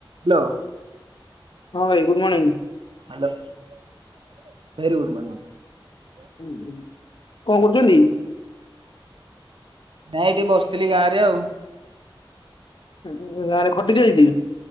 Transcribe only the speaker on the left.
ହଁ ଭାଇ good morning.
କଣ କରୁଛନ୍ତି?
ଉଁ ଗାଁ ରେ ଖଟି ଚାଲିଛି।